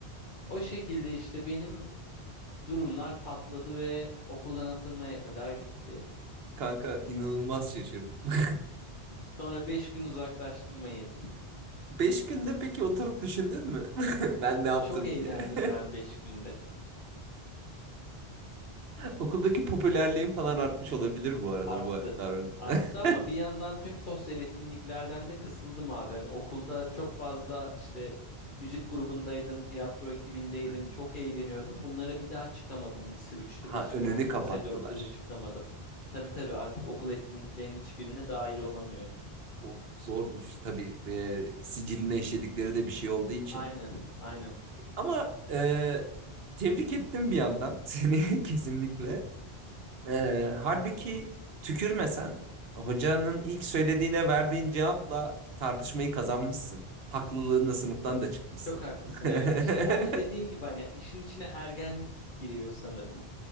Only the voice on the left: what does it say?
O şekilde işte benim durumlar patladı ve okuldan atılmaya kadar gitti.
Sonra 5 gün uzaklaştırma yedim.
Çok eğlendim
ben 5 günde.
Arttı.
Arttı
ama bir yandan tüm sosyal etkinliklerden de kısıldım abi. Hani okulda çok fazla işte müzik grubundaydım, tiyatro ekibindeydim.
Çok eğleniyordum. Bunlara bir daha çıkamadım. Lise üçte
de çıkamadım,
lise dörtte de çıkamadım. Tabii tabii artık okul etkinliklerinin hiçbirine dahil olamıyordum.
Aynen, aynen.
Çok haklısın
evet. İşte orada dediğim gibi hani işin içine ergenlik giriyor sanırım.